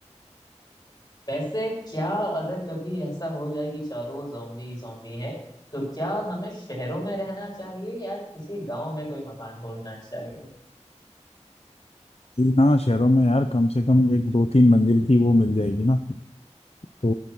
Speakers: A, on the left; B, on the left.
A: वैसे क्या अगर कभी ऐसा हो जाए कि चारों ओर zombie zombie हैं तो क्या हमें शहरों में रहना चाहिए या किसी गांव में कोई मकान ढूंढना चाहिए
B: ये ना शहरों में यार कम से कम एक दो तीन मंजिल की वो मिल जाएगी ना तो